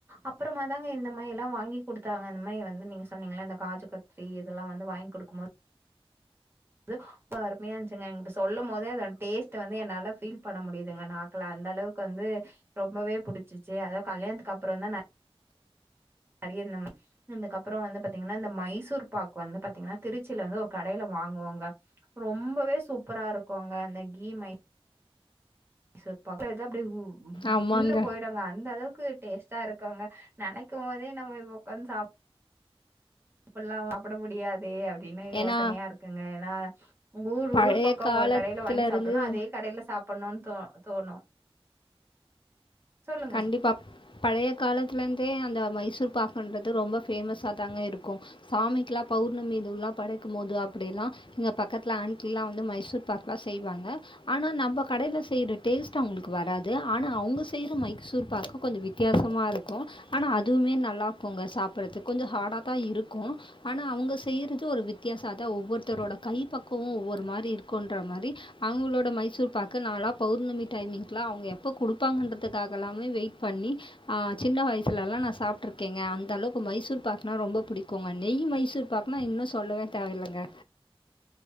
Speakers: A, on the right; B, on the left.
A: அப்புறமா தாங்க இந்த மாரி எல்லா வாங்கி குடுத்தாங்க இந் மாரி வந்து நீங்க சொன்னீங்கல இந்த காஜு கத்ரி இதெல்லா வந்து வாய்ங் குடுக்கும் போது அது அருமையா இருந்துச்சுங்க இப்ப சொல்லும் போதே அதோட டேஸ்ட் வந்து என்னால ஃபீல் பண்ண முடியுதுங்க நா க்குல அந்த அளவுக்கு வந்து ரொம்பவே புடிச்சிருச்சு அதோ கல்யாணத்துக்கு அப்புற தா அறிய நம்ம அதுக்கப்புறோ வந்து பாத்தீங்கன்னா இந்த மைசூர் பார்க் வந்து பாத்தீங்கன்னா திருச்சியில வந்து ஒரு கடையில வாங் குவாங்க ரொம்பவே சூப்பரா இருக்குங்க அந்த கீ மை சூர் பாக்குல அத அப்டியே உ
B: ஆமாங்க
A: உள்ள போய்டுங்க அந்த அளவுக்கு டேஸ்ட் டா இருக்குங்க நனைக்கும் போதே நம்ம இப்ப உக்காந்து சாப் அப்பல்லா சாப்பட முடியாது அப்டின்னு
B: ஏன்னா
A: யோசனையா இருக்குங்க ஏன்னா உங்க ஊர்
B: பழைய
A: ஊர் பக்கோ
B: காலத்தில்
A: ஒரு கடையில வாங்கி
B: இருந்து
A: சாப்ட்டோனா அதே கடையில சாப் பன்னுன் தோ தோணு சொல்லுங்க
B: கண்டிப்பாக
A: சொ
B: பழைய காலத்துலந்தே அந்த மைசூர் பார்க்குன்றது ரொம்ப ஃபேமஸாக தாங்க இருக்கு சாமிக்குலா பௌர்ணமி இதுலா படைக்கும் போது அப்டிலா எங்க பக்கத்துல ஆண்டில்லா வந்து மைசூர் பாக்லா செய்வாங்க ஆனா நம்ம கடையில செய்ற டேஸ்ட்டு அவுங்களுக்கு வராது ஆனா அவுங்க செய்ற மைக் சூர் பாக்கு கொஞ்ச வித்தியாசமா இருக்கு ஆனா அதுமே நல்லா இக்குங்க சாப்றதுக்கு கொஞ்சோ ஹார்டா தா இருக்கு ஆனா அவுங்க செய்றது ஒரு வித்தியாசோ அதா ஒவ்வொருத்தரோட கை பக்குவோ ஒவ்வொரு மாரி இருக்குன்ற மாரி அவுங்ளோட மைசூர் பாக்கு நாலா பௌர்ணமி டைமிங்க்லா அவுங்க எப்ப குடுப்பாங்கன்றதுக்காக எல்லாமே வெயிட் பண்ணி ஆ சின்ன வயசுலல்லா நா சாப்ட்டுருக்கேங்க அந்தளவுக்கு மைசூர் பாக்குனா ரொம்ப புடிக்குங்க நெய் மைசூர் பாக்னா இன்னு சொல்லவே தேவயில்லங்க